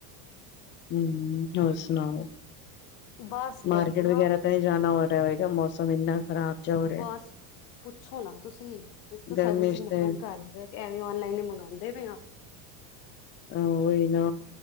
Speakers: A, on the left (about 25°); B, on the left (about 80°).
A: ਹੂੰ ਹੋਰ ਸੁਣਾਓ
B: ਬਸ ਵਧੀਆ।
A: ਮਾਰਕਿਟ ਵਗੈਰਾ ਤਾਂ ਨਈ ਜਾਣਾ ਹੋਰ ਹੋਏਗਾ ਮੌਸਮ ਏਨਾ ਖ਼ਰਾਬ 'ਚ ਹੋ ਰਿਆ।
B: ਬਸ ਪੁੱਛੋ ਨਾ ਤੁਸੀਂ ਇਸ ਤੋਂ ਸਾਰਾ
A: ਗਰਮੀ
B: ਸਮਾਨ
A: ਚ ਤੇ
B: ਘਰ ਬੈ ਐਵੇਂ ਓਨਲਾਈਨ ਈ ਮੰਗਾਂਦੇ ਪਏ ਆਂ।
A: ਓਹੀ ਨਾ